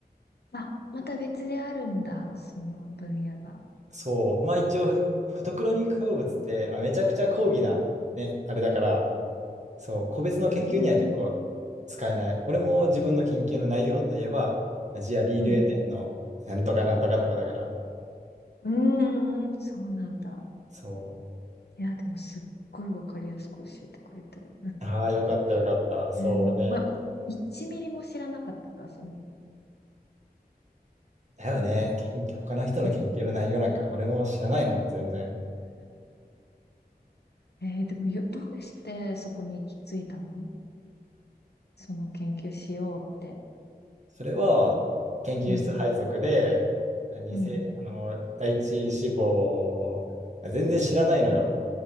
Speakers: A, on the left; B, on the right.
A: あ、また別であるんだ。その分野が。
B: そう、まあ一応、フォトクロミック化合物ってあめちゃくちゃ高義な、
A: うん。
B: ね、あれだから、そう、個別の研究には結構使えない。
A: うーん。
B: 俺も自分の研究の内容といえば、アジアリールエデンのなんとかなんとかとかだから、
A: うん。うーん。そうなんだ。
B: そ
A: いや、でもすっごいわかりやすく教えてくれて。
B: う、ああ、よかったよかった、そうね。
A: えー、なんか、うわ1ミリも知らなかったから、その。
B: だよね、研究、他の人の研究の内容なんか俺も知らないもん、
A: うん。
B: 全然。
A: えー、でもよ、どうしてそこに行き着いたのその研究しようって。
B: それは研究室配属で、
A: うん。
B: 何せ、
A: うん。
B: あの、第一志望、全然知らないのよ。